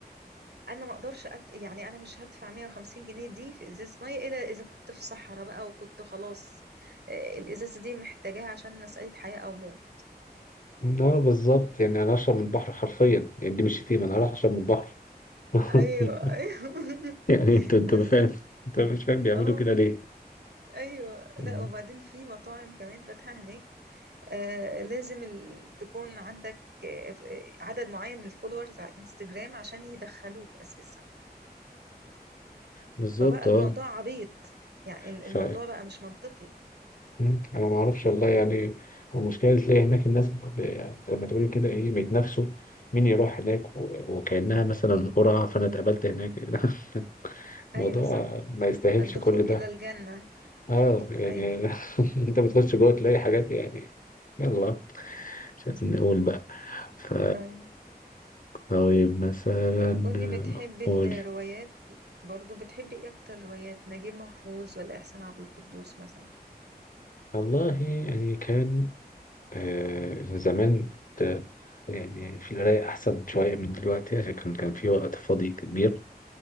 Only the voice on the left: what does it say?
لا بالظبط يعني انا اشرب من البحر حرفيا يعني دي مش شتيمه انا راح اشرب من البحر <laughs>
يعني انت انت
ما فاهم انت مش فاهم بيعملوا
كده ليه
مم.
بالظبط
اه
ف
مم. انا ما اعرفش والله يعني المشكله تلاقي هناك الناس ب... زي ما تقولي كده ايه بيتنافسوا مين يروح هناك و... وكانها مثلا قرعه فانا اتقابلت هناك <laughs> الموضوع
ما يستاهلش
كل
ده
اه يعني
<laughs> انت بتخش جوه تلاقي حاجات يعني يلا مش عايزين نقول بقى ف
طيب مثلا
قول
والله يعني كان آه، زمان كنت يعني في القراية أحسن شوية من دلوقتي عشان كان كان في وقت فاضي كبير